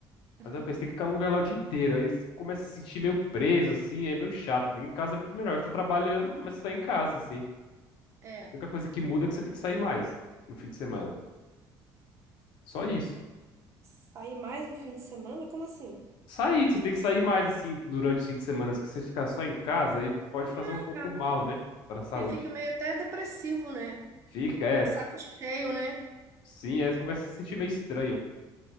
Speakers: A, on the right (about 35°); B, on the left (about 65°).
A: Aham.
B: Mas aí eu pensei, tem que ficar num lugar lá o dia inteiro. Aí você começa a se sentir meio preso, assim, aí é meio chato. Em casa é muito melhor, você tá trabalhando, mas você tá em casa, assim.
A: É.
B: A única coisa que muda é que você tem que sair mais no fim de semana. Só isso.
A: Sair mais no fim de semana? Como assim?
B: Sair, você tem que sair mais, assim, durante o fim de semana. Se você ficar só em casa, aí pode fazer
A: Ah,
B: um pouco
A: tá.
B: mal, né, para a saúde.
A: Porque fica meio até depressivo, né?
B: Fica,
A: Fica
B: é.
A: meio de saco cheio, né?
B: Sim, aí você começa a se sentir meio estranho.